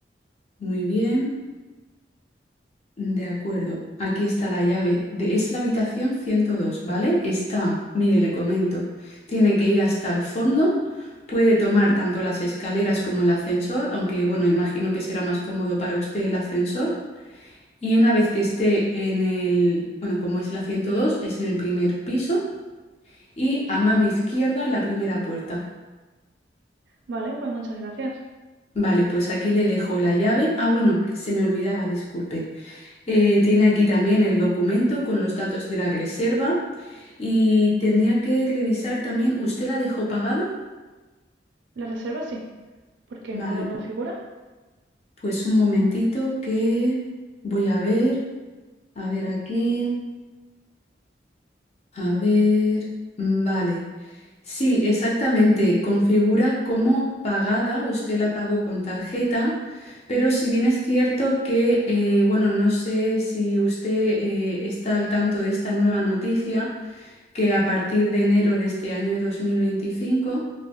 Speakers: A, on the left (about 35°); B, on the right (about 80°).
A: muy bien. De acuerdo, aquí está la llave. de- es la habitación 102, ¿vale? Está, mire, le comento, tiene que ir hasta el fondo. Puede tomar
B: Mm,
A: tanto las escaleras como el ascensor, aunque bueno, imagino que será más cómodo para usted el ascensor y una vez que esté en el, bueno, como es la 102 es en el primer piso y
B: sí.
A: a mano izquierda la primera puerta.
B: Vale, pues muchas gracias.
A: Vale, pues aquí le dejo la llave. Ah, bueno, que se me olvidaba, disculpe. Eh, tiene aquí también el documento con los datos de la reserva y tendría que revisar también, ¿usted la dejó pagada?
B: La reserva sí. ¿Por qué no
A: Vale,
B: lo no figura?
A: pues un momentito que voy a ver, a ver aquí. A ver, mm, vale. Sí, exactamente. Configura como pagada, usted la pagó con tarjeta, pero si bien es cierto que, eh, bueno, no sé si usted eh, está al tanto de esta nueva noticia, que a partir de enero de este año de 2025